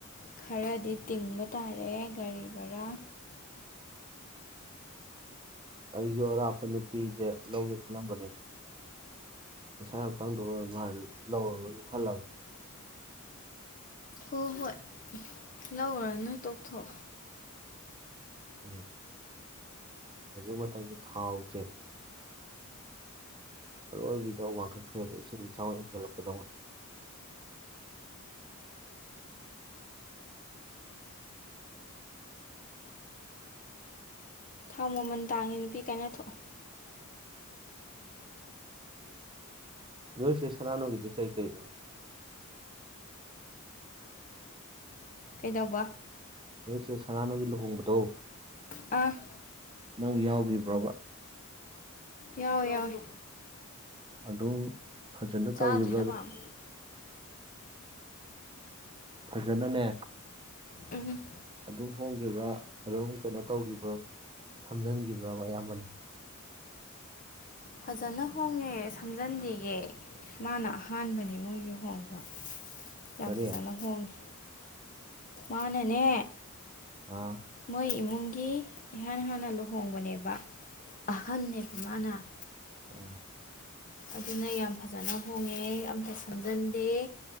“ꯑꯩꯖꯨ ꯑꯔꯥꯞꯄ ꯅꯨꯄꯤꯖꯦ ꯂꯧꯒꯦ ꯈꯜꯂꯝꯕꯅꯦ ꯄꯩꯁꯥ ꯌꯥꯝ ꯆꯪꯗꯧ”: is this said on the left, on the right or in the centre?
Right